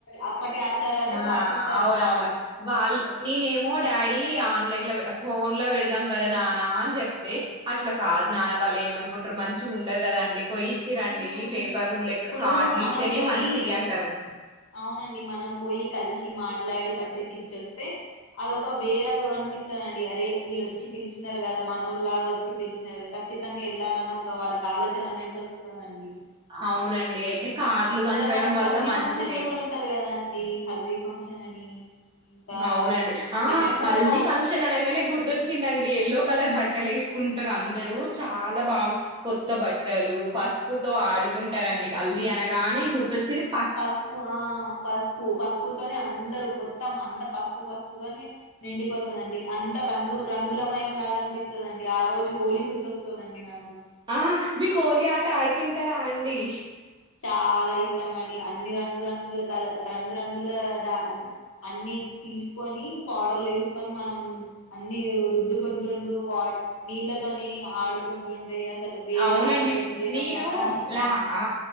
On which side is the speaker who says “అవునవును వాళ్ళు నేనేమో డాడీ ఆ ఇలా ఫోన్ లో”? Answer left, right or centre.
Right